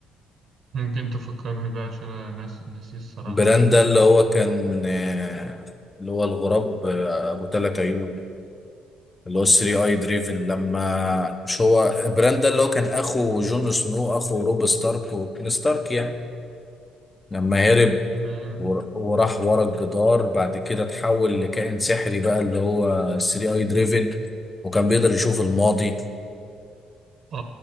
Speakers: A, on the right; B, on the left.
A: ممكن تفكرني بقى عشان انا ناس نسيت الصراحة
B: بران ده
A: مين
B: اللي
A: ده
B: هو كان آه، اللي هو الغراب آه، ابو ثلاث عيوب اللي هو 3 اي دريفن لما مش هو براند ده اللي هو كان اخو جون سنو اخو روب ستارك وكين ستارك يعني لما هرب
A: ده-
B: ور- وراح ورا الجدار بعد كده اتحول لكائن سحري بقى اللي هو 3 اي دريفن وكان بيقدر يشوف الماضي
A: اه